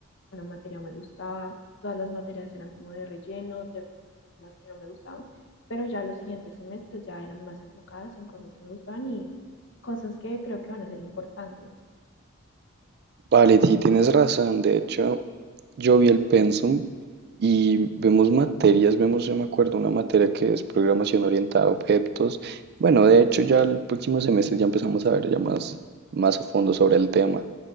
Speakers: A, on the left; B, on the right.
A: una materia me gustaba, todas las materias eran como de relleno, temas que no me gustaban, pero ya los siguientes semestres ya eran más enfocadas en cosas que me gustaban y cosas que creo que van a ser importantes.
B: Vale, sí, tienes razón. De hecho, yo vi el pensum y vemos materias, vemos, yo me acuerdo, una materia que es programación orientada a objetos. Bueno, de hecho, ya el próximo semestre ya empezamos a ver ya más, más a fondo sobre el tema,